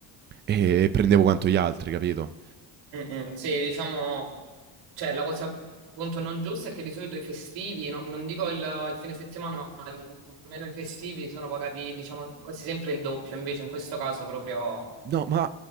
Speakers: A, on the right; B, on the right.
A: e, mm, e prendevo quanto gli altri, capito?
B: Mm, mm, Sì, diciamo, cioè la cosa appunto non giusta è che di solito i festivi, no- non dico il, il fine settimana, ma almeno i festivi sono pagati, diciamo, quasi sempre il doppio, invece in questo caso proprio,
A: No, ma